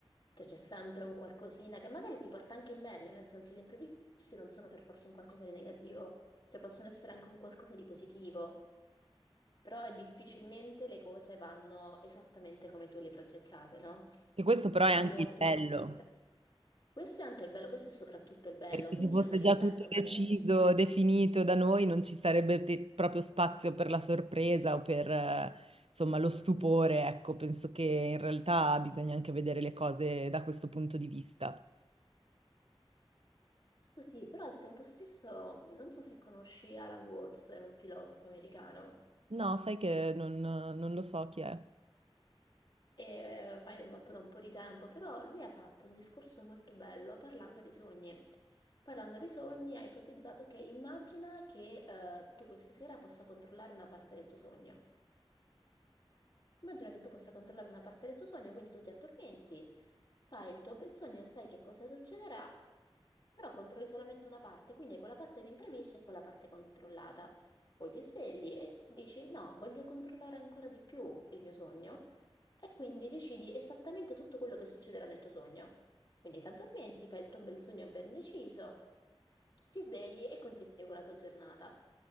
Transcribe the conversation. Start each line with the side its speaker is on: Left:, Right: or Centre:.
Left: Cioè c'è sempre un qualcosina che magari ti porta anche in meglio, nel senso gli imprevisti non sono per forza un qualcosa di negativo, cioè possono essere anche un qualcosa di positivo. Però difficilmente le cose vanno esattamente come tu le hai progettate, no?
Right: E questo però
Left: Cioè,
Right: è anche
Left: è molto
Right: il bello,
Left: difficile. Questo è anche il bello, questo è soprattutto il bello,
Right: perché
Left: quindi
Right: se fosse
Left: io non
Right: già
Left: intendo
Right: tutto deciso,
Left: fare...
Right: definito da noi, non ci sarebbe te- proprio spazio per la sorpresa o per, eh, insomma, lo stupore. Ecco, penso che in realtà bisogna anche vedere le cose da questo punto di vista.
Left: Questo sì, però al tempo stesso non so se conosci Alan Watts, è un filosofo americano,
Right: No, sai che non, non lo so chi è.
Left: e ormai è morto da un po' di tempo, però lui ha fatto un discorso molto bello parlando di sogni. Parlando di sogni, ha ipotizzato che immagina che eh, tu questa sera possa controllare una parte del tuo sogno. Immagina che tu possa controllare una parte del tuo sogno, quindi tu ti addormenti, fai il tuo bel sogno, sai che cosa succederà, però controlli solamente una parte, quindi hai quella parte di imprevisto e quella parte controllata. Poi ti svegli e dici no, voglio controllare ancora di più il mio sogno e quindi decidi esattamente tutto quello che succederà nel tuo sogno. Quindi ti addormenti, fai il tuo bel sogno ben deciso, ti svegli e continui con la tua giornata.